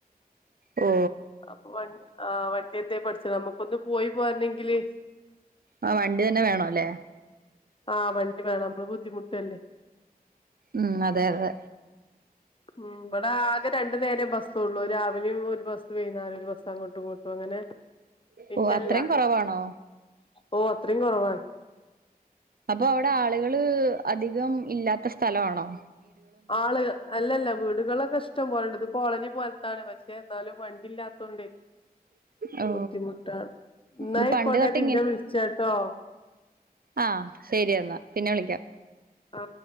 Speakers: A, on the right; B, on the left.
A: ഓ
B: അപ്പൊ വൺആ വണ്ടിന്തെ പഠിച്ചണം നമുക്കൊന്ന് പോയി പോരണങ്കില്
A: ആ വണ്ടി തന്നെ വേണൊ ല്ലേ
B: ആ വണ്ടി വേണം നമ്മള് ബുദ്ധിമുട്ട്ല്ലേ
A: അ അതെ തെ
B: ഉ ബടെ ആകെ രണ്ടു നേരെ ബസ്സൊ ള്ളു രാവിലിം ഒരു ബസ്സ് വൈന്നേരൊ രു ബസ്സ് അങ്ങോട്ടു ഇങ്ങട്ടും അങ്ങനെ പിന്നല്ല.
A: ഓ അത്രയും കുറവാണോ
B: ഓ അത്രീം കൊറവാ.
A: അപ്പൊ അവടെ ആളുകള് അധികം ഇല്ലാത്ത സ്ഥലണോ
B: ആള് അല്ലല്ല വീടുകളൊക്കെ ഇഷ്ടം പോലണ്ട് ത് കോളനി പോലത്താണ് പക്ഷെ എന്നാലും വ ഇല്ലാത്തോണ്ടെ
A: ഓ
B: ബുദ്ധിമുട്ടാണ്. ന്നാ
A: ഇത്
B: യ്ക്കോട്ട
A: പണ്ട് തൊട്ട്
B: ഞാ പിന്നെവിളിച്ചാ ട്ടോ
A: ആഹ ശരി എന്നാ പിന്നെ വിളിക്കാം
B: ആ